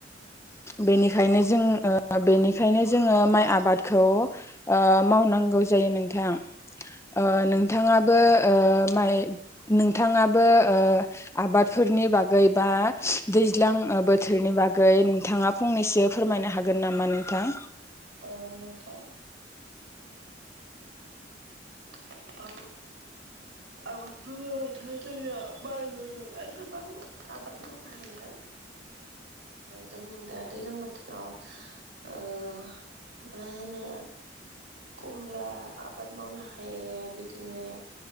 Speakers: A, on the left; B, on the right.
A: बेनिखायनो जों बेनिखायनो जोङो माइ आबादखौ ओ मावनांगौ जायो नोंथां। ओ नोंथाङाबो ओ माइ नोंथाङाबो ओ आबाद फोरनि बागै बा दैज्लां बोथोरनि बागै नोंथाङा फंनैसो फोरमायनो हागोन नामा नोंथां?
B: औ नोंथां <unintelligible> आबाद बुङोबाथाय जोंनिया माइल' नङा गोबां आबाद मावनो हायो। जों दा दैलां बोथोराव ओ मा होनो खुमब्रा आबाद मावनो हायो। बिदिनो